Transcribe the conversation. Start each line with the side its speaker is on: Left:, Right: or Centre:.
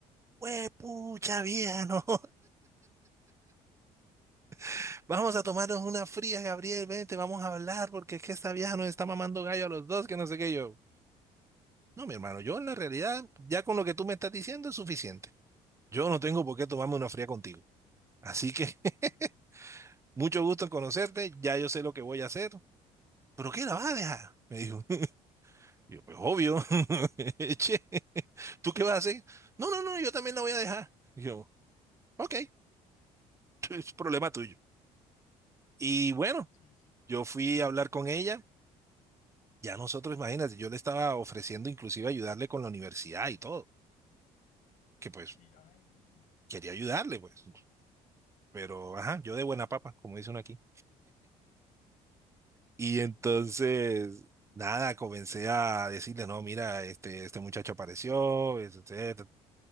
Right: Pues pucha vieja, no. <laughs> Vamos
Left: <laughs>
Right: a tomarnos una fría, Gabriel,
Left: Sí,
Right: vente,
Left: sí, sí.
Right: vamos a hablar, porque es que esta vieja nos está mamando gallo a los dos, que no sé qué. Yo, no, mi hermano, yo en la realidad, ya con lo que tú me estás diciendo es suficiente. Yo no tengo por qué tomarme una fría contigo. Así que,
Left: Sí, sí,
Right: <laughs> mucho gusto en conocerte, ya yo sé lo que voy a hacer. ¿Pero qué la vas a dejar? Me dijo. Y yo, pues obvio. <laughs> Che, ¿tú qué vas a hacer? No, no, no, yo también la voy a dejar. Y yo, ok, <laughs> es problema tuyo. Y bueno,
Left: sí, sí.
Right: yo fui a hablar con ella. Ya nosotros, imagínate, yo le estaba ofreciendo inclusive ayudarle con la universidad y todo, que pues
Left: Sí, ay, bueno.
Right: quería ayudarle, pues. Pero, ajá, yo de buena papa, como dice uno aquí. Y
Left: Sí,
Right: entonces,
Left: sí,
Right: nada, comencé a decirle, no, mira, este, este muchacho apareció, este,